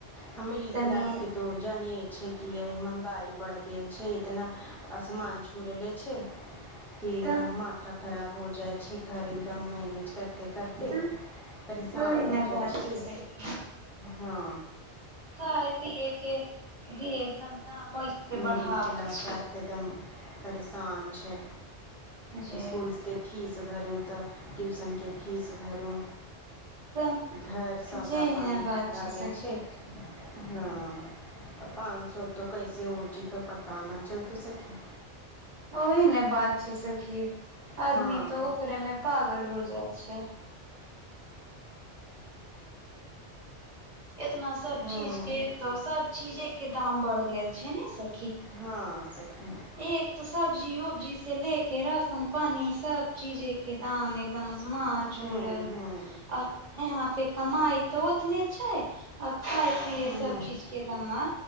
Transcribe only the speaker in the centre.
हमरी
क्लासके तो जानि छै कि महँगाइ बढ़ि गेल छै इतना आसमान छू लेने छै की एकदम
माथा खराब हो जाय छै घर एकदम मैने करिते करिते
परेशान
हो
जाइ छियै
हँ
मिडिल क्लास
आर एकदम परेशान छै
कि स्कूलसके फीस भरू तऽ ट्यूशनके फीस भरू
घर सौदा
पानी
लाबे
छै हँ पाँच सो तो कैसे उड़जी तऽ पता न चल त सकी
हँ
हूँ
हँ सखी
हूँ
हूँ
हूँ